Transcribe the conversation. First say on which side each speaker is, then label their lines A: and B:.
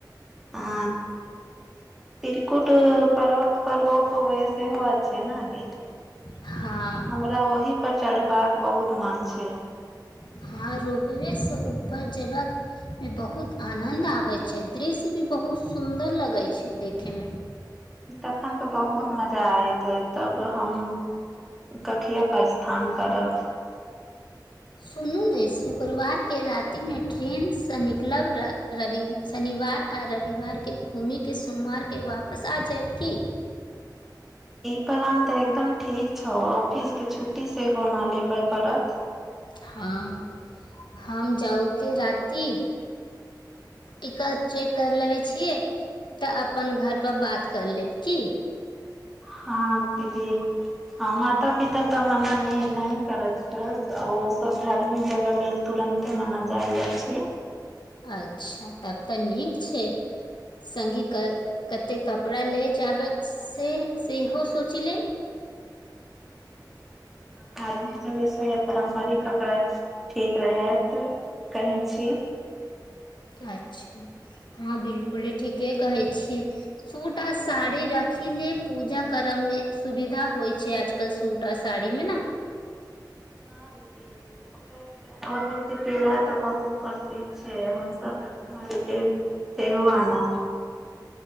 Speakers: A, in the centre; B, on the left.
A: आं त्रिकुट पर्वत पर रोपवे सेहो अच्छे ना गे
B: हाँ
A: हमरा ओहि पर चढ़बाक बहुत मन छै
B: हँ रोपवे सँ ऊपर जबहक मे बहुत आनद आबे छै दृश्य भी बहुत सुदर लगे छै देखे मे
A: तखन तऽ बहुत मजा आयत तब हम कखिया प्रस्थान करब हं <inaudible>
B: सुनू ने शुक्रवार के रात्रि में ट्रेनसँ निकलब रवि शनिवार आ रविवारके घूमिके सोमवार के वापस आ जायब की
A: ई प्लान ते एकदम ठीक छौ ऑफिस के छुट्टी सेहो न लेबे पड़त
B: हँ हम जाउके राति टिकट चेक कर लेबे छियै तऽ अपन घर पर बात कर लेब की
A: हँ दीदी आ माता पिता तऽ मना नहि करैत ह ओ सब धार्मिक जगह लेल तुरंते मान जाइ छै
B: अच्छा तब तऽ नीक छै संगि कते कपड़ा ले जाबत से सेहो सोच लेब
A: धार्मिक जगह से पारम्परिक कपड़ा ठीक रहैत कहैन छी
B: अच्छा हँ बिलकुल ठीके कहै छिय सूट आ साड़ी राखी ले पूजा करे मे सुविधा होय छै आज सूट आ साड़ी मे ने
A: हँ दीदी ओतय के पेड़ा तऽ बहुत प्रसिद्ध छै हमसभ घर लेल सेहो आनब